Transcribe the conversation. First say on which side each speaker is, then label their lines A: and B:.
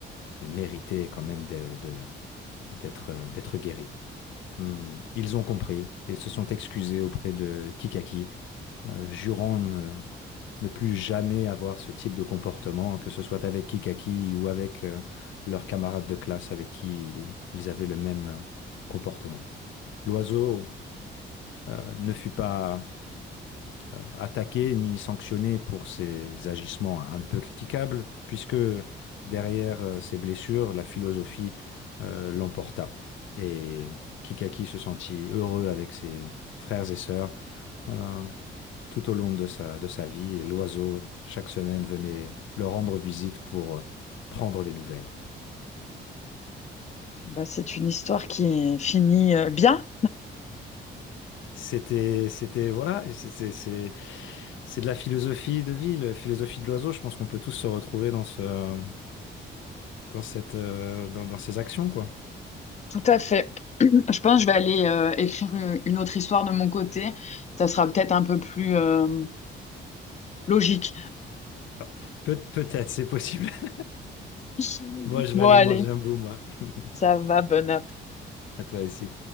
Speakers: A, on the left; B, on the left.
A: euh, méritaient quand même de- de- d'être euh, d'être guéris. Hmm. Ils ont compris et se sont excusés auprès de Kikaki, euh, jurant ne, ne plus jamais avoir ce type de comportement, que ce soit avec Kikaki ou avec euh, leurs camarades de classe avec qui ils ils avaient le même euh, comportement. L'oiseau euh, ne fut pas euh, attaquer ni sanctionner pour ses agissements un peu critiquables, puisque derrière euh, ces blessures, la philosophie euh, l'emporta. Et Kikaki se sentit heureux avec ses frères et sœurs euh, tout au long de sa, de sa vie, et l'oiseau, chaque semaine, venait leur rendre visite pour euh, prendre des nouvelles.
B: Bah, c'est une histoire qui finit euh, bien,
A: C'était, c'était, voilà, c'est c'est- c'est- c'est de la philosophie de vie, la philosophie de l'oiseau. Je pense qu'on peut tous se retrouver dans ce, dans cette, euh, dans, dans ces actions, quoi.
B: tout à fait. Je pense que je vais aller euh, écrire une une autre histoire de mon côté. Ça sera peut-être un peu plus euh, logique.
A: Ah, peut- peut-être, c'est possible. <laughs>
B: <laughs>
A: Bon, je
B: Bon,
A: vais aller
B: allez,
A: manger un bout, moi. <laughs>
B: ça va, bonne app.
A: À toi aussi.